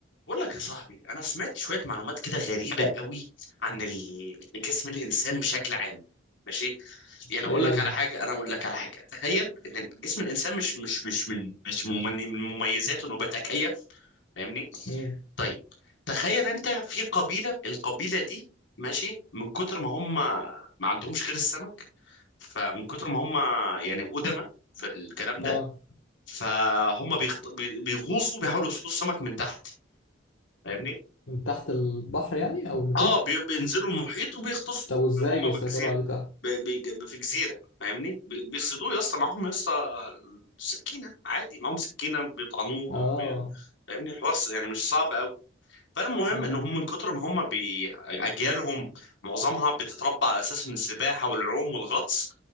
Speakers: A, on the left; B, on the left.
A: بقول لك يا صاحبي انا سمعت شويه معلومات كده غريبه قوي عن ال- <laughs> جسم الانسان بشكل عام ماشي يعني اقول
B: ايه
A: لك على حاجه انا اقول لك على حاجه تخيل ان جسم الانسان مش مش مش من مش ممن- من مميزاته انه بيتكيف فاهمني
B: امم
A: طيب تخيل انت في قبيله القبيله دي ماشي من كتر ما هم ما عندهمش غير السمك فمن كتر ما هم يعني قدماء في الكلام ده
B: اه
A: فهم بيغط... بي- بيغوصوا بيحاولوا يصطادوا السمك من تحت فاهمني
B: من تحت البحر يعني او المحيط
A: اه بي- بينزلوا المحيط وبيغطسوا
B: طب وازاي بيسيطروا
A: هم بالجزيره
B: عليه تحت
A: بي- بي- في جزيره فاهمني بي- بيصيدوه يا اسطى معاهم يا اسطى سكينه عادي معاهم سكينه بيطعنوه
B: اه
A: او بي... فاهمني الحوار س- يعني مش صعب قوي فالمهم
B: امم
A: ان هم من كتر ما هم بي... اجيالهم معظمها بتتربى على اساس ان السباحه والعوم والغطس